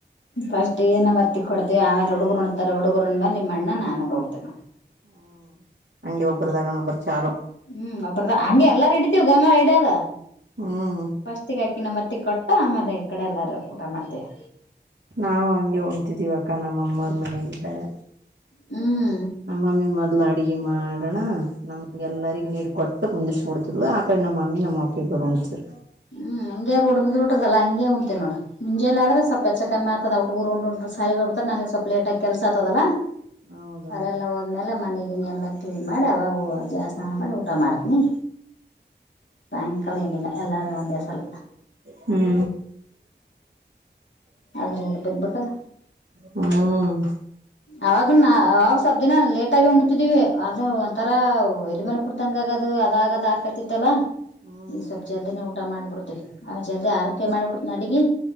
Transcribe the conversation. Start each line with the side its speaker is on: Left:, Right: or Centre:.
Left: ಫಸ್ಟ್ ಏನ ತಿಕ್ಕೊಡ್ತೀವಿ ಆಮೇಲೆ ಹುಡುಗ್ರು ಉಣ್ತಾರ ಹುಡುಗರು ಉಂಡಮ್ಯಾಲೆ ನಿಮ್ಮ ಅಣ್ಣ ನಾನ್ ಉಂಡ್ ತೇವ
Right: ಹಂಗ ಅಂಗೆ ಒಬ್ಬರ್ ದಾಗಣ ಒಬ್ಬರದ ಚಾಲೋ.
Left: ಹುಂ ಒಬ್ಬ್ರದ ಹಂಗೆ ಎಲ್ಲಾ ಹಿಡತಿವಿ ಗಂಗಳ ಇಡೆದು.
Right: ಹುಂ
Left: ಫಸ್ಟಿಗೆ ಅಕಿಗ್ ನಮತ್ತಿ ಕೊಟ್ಟ ಆಮೇಲೆ ಈ ಕಡೆ ಎಲ್ಲರ್ ಊಟ ಮಾಡ್ತೇವಿ.
Right: ನಾವು ಹಂಗೆ ಉಣ್ತಿದ್ವಿ ಅಕ್ಕ ನಮ್ಮಅಮ್ಮರ್ ಮಾನ್ಯಗಿದ್ದಾಗ.
Left: ಹುಂ
Right: ನಮ್ಮಮ್ಮಿ ಮೊದ್ಲ ಅಡಗಿ ಮಾಡಣ ನಮಗ್ ಎಲ್ಲರಿಗೂ ನೀಡ ಕೊಟ್ಟ ಕುಂದರ್ಸಿಬಿಡ್ ಆ ಕಡೆ ನಮ್ ಅಮ್ಮಿ ನಮ್ಮ ಅಪ್ಪಾ ಇಬ್ಬರ್ ಉಣ್ತಿದ್ರು.
Left: ಹ್ಮ್ ಹಂಗೆ ರೂಡ್ ಬಿದ್ದ್ ಬಿಟ್ಟಟದಲ್ಲಾ ಹಂಗೆ ಉಂಟತಿವಿ ನೋಡ ಮುಂಜೆಲಿ ಆದ್ರೆ ಸ್ವಲ್ಪ ಹೆಚ್ಚು ಕಮ್ಮಿ ಆತ್ ತದ ಹುಡುಗುರು ಉಂಡುಂಡು ಶಾಲಿ ಹೋಗಿಬಿಡತಾರಲ್ ನನಗ್ ಸ್ವಲ್ಪ ಲೇಟಾಗಿ ಕೆಲ್ಸ ಆಗ್ತದಲಾ
Right: ಹೌದೌದು
Left: ಅದೆಲ್ಲಾ ಮೆಲ್ಲ ಮನಾಗಿನ ಎಲ್ಲ ಕ್ಲೀನ್ ಮಾಡಿ ಆ ಅವಾಗ ಜವಾ ಸ್ನಾನ ಮಾಡಿ ಊಟ ಮಾಡ್ತೀನಿ. ಸಾಯಂಕಾಲ ಏನಿಲ್ಲ ಎಲ್ಲಾರೂ ಒಂದೇಸಲ.
Right: ಹುಂ
Left: ಅದ್ರ ಹಿಡ್ದು ಬಿಟ್ಟದ
Right: <inaudible> ಹುಂ
Left: ಅವಗಿನ ಅವಾಗನೂ ಸ್ವಲ್ಪ ದಿನ ಲೇಟಾಗಿ ಉಣ್ತಿದೀವಿ ಅದು ಒಂಥರಾ ಎದಿಮ್ಯಾಲ್ಯಾ ಕುತಂಗ್ ಆಗದು ಅದಾಗದು ಹಾಕತಿತ್ತಲ್ಲಾ.
Right: ಹ್ಮ್
Left: ಈ ಸ್ವಲ್ಪ್
Right: ಹ್ಮ್
Left: ಜಲ್ದಿನೇ ಊಟ ಮಾಡ್ಬಿಡ್ತಿವಿ ಆ ಜಲ್ದಿ ಆರಕ್ಕೆ
Right: ಹೌದು
Left: ಮಾಡ್ಬಿತಿನಿ ಅಡಗಿ.